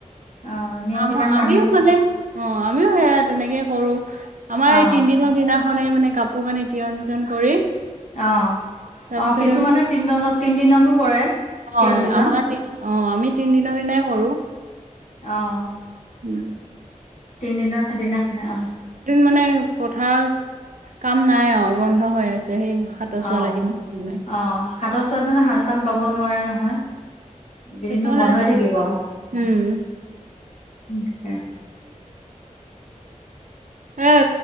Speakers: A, on the left (about 65°); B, on the right (about 80°).
A: অ', নিয়ম
B: আমাৰ
A: বিলাক
B: আমিও
A: মানিছে
B: মানে অ আমিও সেয়া তেনেকে কৰো। আমাৰ
A: অ',
B: এই তিনদিনৰ দিনাখনেই মানে কাপোৰ কানি তিয় সিজন কৰি
A: অ
B: তাৰপিছতে
A: অ কিছুমানে তিনদত তিনদিনতো কৰে তিয়ন
B: অ
A: বীজন
B: আমাৰ অ আমি তিনিদিনৰ দিনাই কৰো।
A: অ'।
B: স <unintelligible>
A: তিনদিনৰ দিনাখনে অ',
B: মানে পথাৰ কাম নাই অ বন্ধ হৈ আছে। সেই হাতৰ চোৱা
A: আহ,
B: লাগি থাকে
A: আহ হাতৰ চোৱাতো হাল-চাল বাব নোৱাৰে নহয়। এইকেইদিনো
B: সেইকাৰণে
A: বন্ধ হৈ থাকিব। এনেকা
B: উম
A: <unintelligible>
B: এ